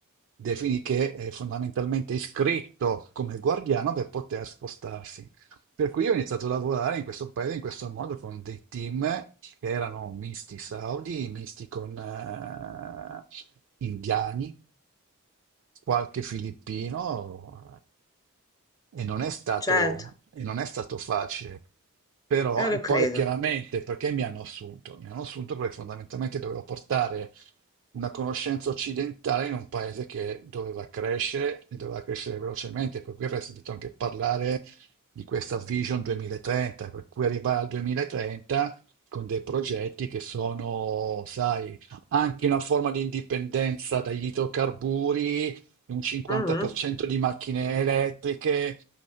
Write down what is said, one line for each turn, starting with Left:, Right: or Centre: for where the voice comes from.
Right: defini che è fondamentalmente iscritto come guardiano per poter spostarsi. Per cui io ho iniziato a lavorare in questo paese in questo modo con dei team che erano misti saudi, misti con eh, indiani, qualche filippino eh, e non è stato,
Left: certo,
Right: e non è stato facile. Però,
Left: io lo
Right: e
Left: credo.
Right: poi chiaramente perché mi hanno assunto? Mi hanno assunto perché fondamentalmente dovevo portare una conoscenza occidentale in un paese che doveva crescere e doveva crescere velocemente, per cui avrei sentito anche parlare di questa Vision 2030, per cui arrivare al 2030 con dei progetti che sono, sai, anche una forma di indipendenza dagli idrocarburi, un 50%
Left: Mhm.
Right: di macchine elettriche